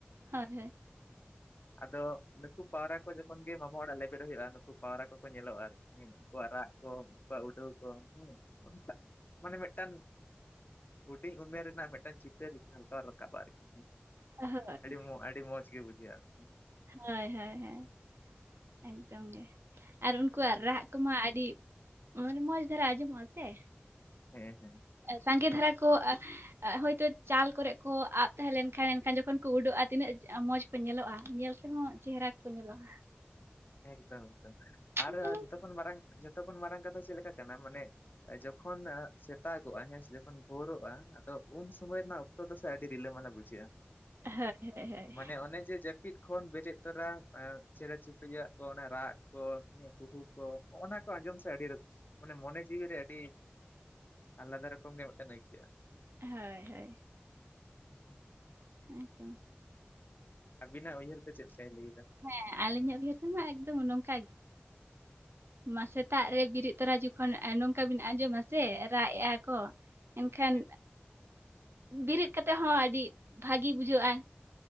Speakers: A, on the right; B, on the left.
A: ᱦᱳᱭ ᱦᱳᱭ᱾
B: ᱟᱫᱚ ᱱᱩᱠᱩ ᱯᱟᱸᱣᱨᱟ ᱠᱚ ᱡᱚᱠᱷᱚᱱ ᱜᱮ ᱢᱟᱢᱟ ᱚᱲᱟᱜ ᱞᱮᱵᱮᱫ ᱦᱩᱭᱩᱜᱼᱟ, ᱱᱩᱠᱩ ᱯᱟᱣᱨᱟ ᱠᱚᱠᱚ ᱧᱮᱞᱚᱜᱼᱟ ᱟᱨ ᱦᱩᱸ ᱩᱱᱠᱩ ᱟᱨᱟᱜ ᱠᱚ ᱩᱱᱠᱩᱣᱟᱜ ᱩᱰᱟᱹᱣ ᱠᱚ ᱦᱩᱸ, ᱚᱱᱠᱟ, ᱢᱟᱱᱮ ᱢᱤᱫᱴᱟᱝ ᱦᱩᱰᱤᱧ ᱩᱢᱮᱨ ᱨᱮᱱᱟᱜ ᱢᱤᱫᱴᱟᱝ ᱪᱤᱛᱟᱹᱨ ᱡᱷᱟᱞᱠᱟᱣ ᱨᱟᱠᱟᱵ-ᱟ ᱟᱨᱠᱤ᱾
A: ᱦᱳᱭ
B: ᱟᱹᱰᱤ ᱢᱚ ᱟᱹᱰᱤ ᱢᱚᱡᱽ ᱜᱮ ᱵᱩᱡᱷᱟᱹᱜᱼᱟ᱾
A: ᱦᱳᱭ ᱦᱳᱭ ᱦᱳᱭ ᱮᱠᱫᱚᱢ ᱜᱮ ᱟᱨ ᱩᱱᱠᱩᱣᱟᱜ ᱨᱟᱜ ᱠᱚᱢᱟ ᱟᱹᱰᱤ ᱢᱟᱱᱮ ᱢᱚᱸᱡᱽ ᱫᱷᱟᱨᱟ ᱟᱸᱡᱚᱢᱚᱜᱼᱟ ᱥᱮ᱾
B: ᱦᱮᱸ ᱦᱮᱸ᱾
A: ᱥᱟᱸᱜᱮ ᱫᱷᱟᱨᱟ ᱠᱚ ᱮ ᱮ ᱦᱚᱭᱛᱳ ᱪᱟᱞ ᱠᱚᱨᱮᱜ ᱠᱚ ᱟᱵᱽ ᱛᱟᱦᱮᱸ ᱞᱮᱱᱠᱷᱟᱱ ᱮᱱᱠᱷᱟᱱ ᱡᱚᱠᱷᱚᱱ ᱠᱚ ᱩᱰᱟᱹᱜᱼᱟ ᱛᱤᱱᱟᱹᱜ ᱢᱚᱡᱽ ᱠᱚ ᱧᱮᱞᱚᱜᱼᱟ, ᱧᱮᱞ ᱛᱮᱦᱚᱸ ᱪᱮᱦᱨᱟ ᱜᱮᱠᱚ ᱧᱮᱞᱚᱜᱼᱟ᱾
B: ᱮᱠᱫᱚᱢ ᱮᱠᱫᱚᱢ ᱟᱨ
A: ᱮᱱᱠᱷᱟᱱ
B: ᱡᱚᱛᱚ ᱠᱷᱚᱱ ᱢᱟᱨᱟᱝ ᱡᱚᱛᱚ ᱠᱷᱚᱱ ᱢᱟᱨᱟᱝ ᱠᱟᱛᱷᱟ ᱪᱮᱫ ᱞᱮᱠᱟ ᱠᱟᱱᱟ ᱢᱟᱱᱮ ᱡᱚᱠᱷᱚᱱ ᱥᱮᱛᱟᱜᱚᱜᱼᱟ ᱦᱮᱸᱥᱮ ᱡᱚᱠᱷᱚᱱ ᱵᱷᱳᱨᱚᱜᱼᱟ ᱛᱚ ᱩᱱ ᱥᱚᱢᱚᱭ ᱨᱮᱱᱟᱜ ᱚᱠᱛᱚ ᱫᱚ ᱥᱮ ᱟᱹᱰᱤ ᱨᱤᱞᱟᱹᱢᱟᱞᱟ ᱵᱩᱡᱷᱟᱹᱜᱼᱟ᱾
A: ᱦᱳᱭ ᱦᱳᱭ ᱦᱳᱭ
B: ᱢᱟᱱᱮ ᱚᱱᱮ ᱡᱮ ᱡᱟ ᱯᱤᱫ ᱠᱷᱚᱱ ᱵᱮᱨᱮᱫ ᱛᱚᱨᱟ ᱮ ᱪᱮᱬᱮ ᱪᱩᱯᱲᱤᱡ-ᱟᱜ ᱠᱚ ᱚᱱᱮ ᱨᱟᱜ ᱠᱚ ᱱᱤᱭᱟᱹ ᱠᱩᱦᱩ ᱠᱚ ᱱᱚᱜ-ᱚ ᱱᱟ ᱠᱚ ᱟᱸᱡᱚᱢ ᱥᱮ ᱟᱹᱰᱤ ᱨᱟᱹ ᱢᱟᱱᱮ ᱢᱚᱱᱮ ᱡᱤᱣᱤᱮ ᱟᱹᱰᱤ ᱟᱞᱟᱫᱟ ᱨᱚᱠᱚᱢ ᱜᱮ ᱢᱤᱫᱴᱮᱱ ᱟᱹᱭᱠᱟᱹᱜᱼᱟ᱾
A: ᱦᱤᱛ ᱦᱳᱭ᱾
B: <inaudible>
A: <inaudible>
B: ᱟᱵᱤᱱᱟᱜ ᱩᱭᱦᱟᱹᱨ ᱛᱮ ᱪᱮᱫᱠᱟᱭ ᱞᱟᱹᱭ ᱫᱟ?
A: ᱦᱮᱸ ᱟᱹᱞᱤᱧᱟᱜ ᱩᱭᱦᱟᱹᱨ ᱛᱮᱢᱟ ᱮᱠᱫᱚᱢ ᱱᱚᱝᱠᱟ ᱢᱟ ᱥᱮᱛᱟᱜ ᱨᱮ ᱵᱮᱨᱮᱫ ᱛᱚᱨᱟ ᱡᱚᱠᱷᱚᱱ ᱮ ᱱᱚᱝᱠᱟ ᱵᱤᱱ ᱟᱸᱡᱚᱢᱟ ᱥᱮ ᱨᱟᱜ ᱮᱜᱼᱟ ᱠᱚ᱾ ᱮᱱᱠᱷᱟᱱ
B: ᱦᱮᱸ
A: ᱵᱮᱨᱮᱫ ᱠᱟᱛᱮᱫ ᱦᱚᱸ ᱟᱹᱰᱤ ᱵᱷᱟᱹᱜᱤ ᱵᱩᱡᱷᱟᱹᱜᱼᱟ᱾